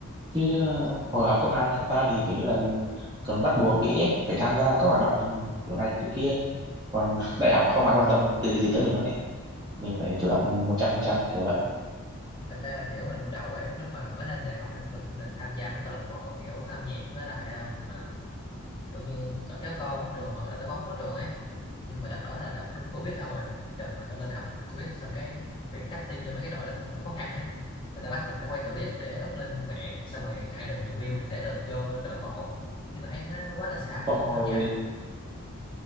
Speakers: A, on the right (about 20°); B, on the left (about 20°).
A: chứ ờ, hồi học cấp 2 cấp 3 thì kiểu như là mình còn bắt buộc bị ép phải tham gia các hoạt động kiểu này kiểu kia còn <laughs> đại học là không ai quan tâm từ gì tới mình luôn ấy mình phải chủ động
B: Thật
A: một trăm phần trăm kiểu vậy
B: thật ra là kiểu hồi lúc đầu ấy lúc mà mới lên đại học ấy tôi cũng định tham gia mấy câu lạc bộ kiểu âm nhạc với lại ờ, mà kiểu như đợt kéo co quá trường hoặc là đợt đá bóng quá trường ấy nhưng mà đợt đó là đợt đúng covid đâu rồi đợt mà tôi lên học là đúng covid xong cái việc cutting cho mấy cái đội đó cũng hơi khó khăn ấy người ta bắt là phải quay clip để up lên mạng xong rồi ai được nhiều view thì sẽ được vô câu lạc bộ nhưng tôi thấy nó quá là xàm
A: Ôi,
B: mọi người không tham gia nữa